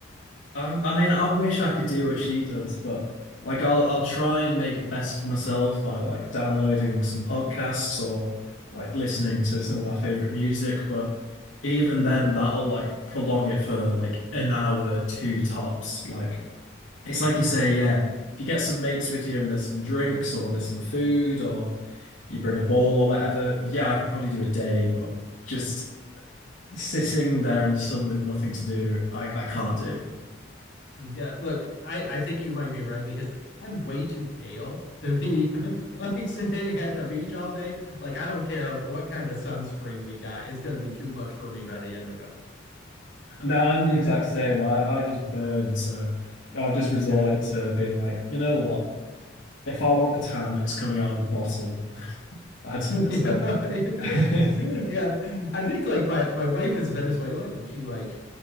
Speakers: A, on the left; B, on the left.
A: I, I mean, I wish I could do what she does, but like I'll I'll try and make it better for myself by like downloading some podcasts or like listening to some of my favorite music, but even then that'll like prolong it for like an hour, two tops. Like It's like you say, yeah, if you get some mates with you and there's some drinks or there's some food or you bring a ball or whatever, yeah, I could probably do a day, but just sitting there in the sun with nothing to do, I, I can't do.
B: Mm, Yeah, look, I, I think you might be right because I'm way too pale to be <laughs> like sitting at the beach all day. Like, I don't care what kind of sunscreen we got, it's gonna be too much for me by the end of it.
A: No, I'm the exact
B: <laughs>
A: same. I, I just burn, so I've just resorted
B: Yeah.
A: to being like, you know what? If I want a tan, it's coming out of a bottle. I'd,
B: <laughs> Yeah.
A: so <laughs>
B: Yeah. I think like my my wife is Venezuelan and she like